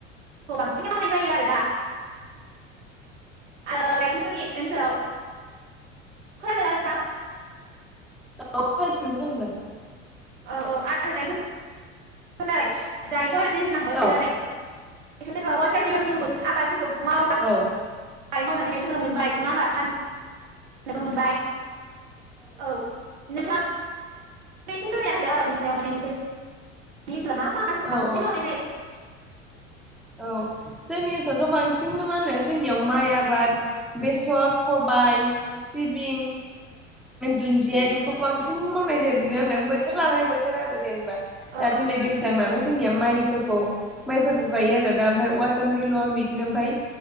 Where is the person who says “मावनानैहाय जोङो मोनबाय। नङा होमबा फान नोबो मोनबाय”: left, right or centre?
Right